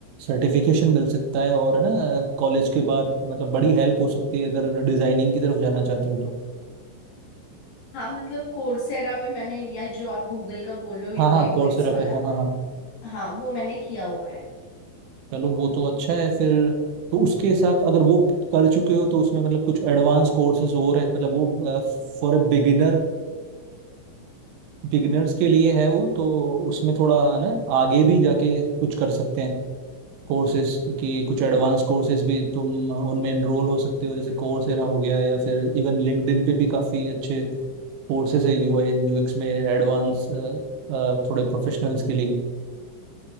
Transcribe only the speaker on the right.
सर्टिफिकेशन मिल सकता है और है ना कॉलेज के बाद मतलब बड़ी हेल्प हो सकती है अगर डिजाइनिंग की तरफ जाना चाहते हो तो
हाँ हाँ
कोर्सेरा
पे हाँ हाँ हाँ
चलो वो तो अच्छा है फिर तो उसके साथ अगर वो कर चुके हो तो उसमें मतलब कुछ एडवांस कोर्सेज और है मतलब वो फॉर ए बिगिनर बिगिनर्स के लिए है वो तो उसमें थोड़ा ना आगे भी जाके कुछ कर सकते हैं कोर्सेज की कुछ एडवांस कोर्सेज भी तुम उनमें एनरोल हो सकते हो जैसे कोर्सेरा हो गया या फिर इवन लिंक्डइन पे भी काफी अच्छे कोर्सेज है यूआई एंड यूएक्स में एडवांस थोड़े प्रोफेशनल्स के लिए